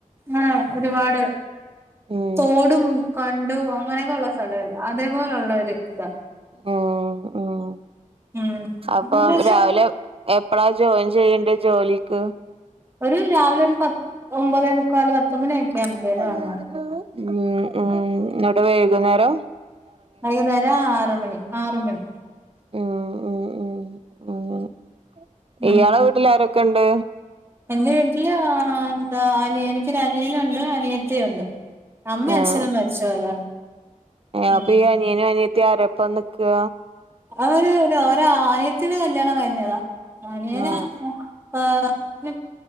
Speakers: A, on the right; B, on the right.
A: ആഹ് ഒരുപാട്
B: ഉം
A: തോടും ബണ്ടും അങ്ങനെയൊക്കെ ഉള്ള സ്ഥലേല്ല അതേപോലെയുള്ള ഒരു ഇതാ
B: ഉം ഉം
A: ഉം
B: അപ്പം
A: അങ്ങനല്ല
B: രാവിലെ എപ്പഴാ ജോയിൻ ചെയ്യണ്ടേ ജോലിക്ക്
A: ഒരു രാവിലെ ഒരു പത്ത് ഒമ്പതേ മുക്കാല് പത്തുമണിയൊക്കെ അവുമ്പോഴ്
B: ഉം
A: വന്നാണ്
B: ഉം എന്നിട്ട് വൈകുന്നേരോ
A: വൈകുന്നേരം ആറ് മണി ആറ് മണി
B: ഉം ഉം ഉം ഉം
A: ഉം
B: ഇയാളെ വീട്ടിൽ ആരൊക്കെ ഉണ്ട്
A: എന്റെ വീട്ടില് എന്താ അനി എനിക്കൊരു അനിയനുണ്ട് അനിയത്തിയുണ്ട് അമ്മേം
B: ആഹ്
A: അച്ഛനും മരിച്ചു പോയതാ
B: അപ്പൊ
A: ഉം
B: ഈ അനിയനും അനിയത്തിയും ആരപ്പം നിക്കുക
A: അവന് ഒര് ഒരനിയത്തിടെ കല്യാണം കഴിഞ്ഞതാ അനിയന്
B: ആഹ്
A: ഉം ആഹ് അവന്